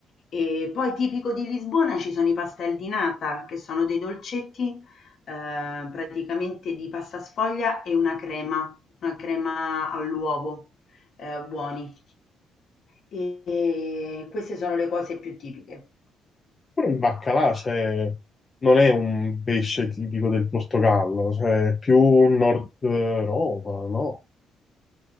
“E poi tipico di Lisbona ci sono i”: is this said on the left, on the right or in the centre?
Left